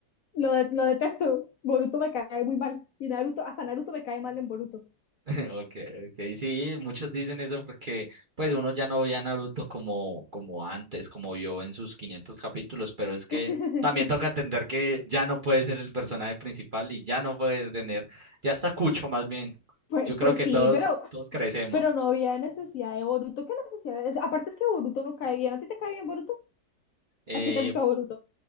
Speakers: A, on the left (about 70°); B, on the right (about 40°).
A: lo, de- lo detesto, Boruto me cae muy mal, y Naruto, hasta Naruto me cae mal en Boruto.
B: <laughs> Ok, ok. Sí, muchos dicen eso porque pues uno ya no ve a Naruto como, como antes, como vio en sus 500 capítulos, pero es que
A: <laughs>
B: también toca atender que ya no puede ser el personaje principal y ya no puede tener, ya está Cucho más bien.
A: Pues,
B: Yo creo
A: pues
B: que
A: sí,
B: todos,
A: pero
B: todos crecemos.
A: Pero no había necesidad de Boruto. ¿Qué necesidad? Es- aparte es que Boruto no cae bien. ¿A ti te cae bien Boruto?
B: Eh,
A: ¿A ti te gusta Boruto?